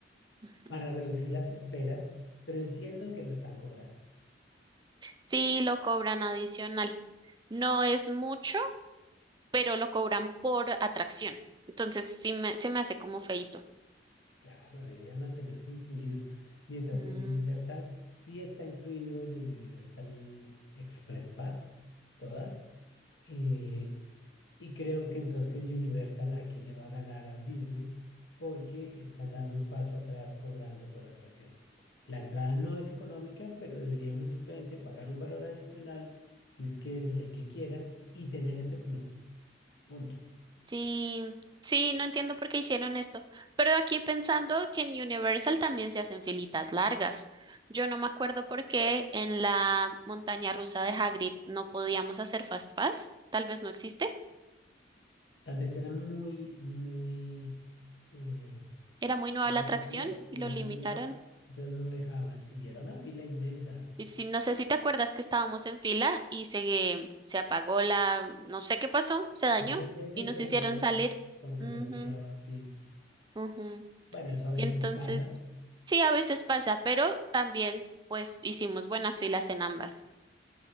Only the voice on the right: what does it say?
Ujú.
Sí, lo cobran adicional. No es mucho, pero lo cobran por atracción. Entonces sí me, se me hace como feíto.
Mm,
sí, sí, no entiendo por qué hicieron esto. Pero aquí pensando que en Universal también se hacen filitas largas. Yo no me acuerdo por qué en la montaña rusa de Hagrid no podíamos hacer Fast Pass. Tal vez no existe.
Era muy nueva
la atracción
y lo
limitaron.
Y si, no sé si te acuerdas que estábamos en fila y se, se apagó la, no sé qué pasó, se dañó
y nos
hicieron
salir.
Ujú,
ujú.
Y entonces,
sí, a veces pasa, pero también pues hicimos buenas filas en ambas.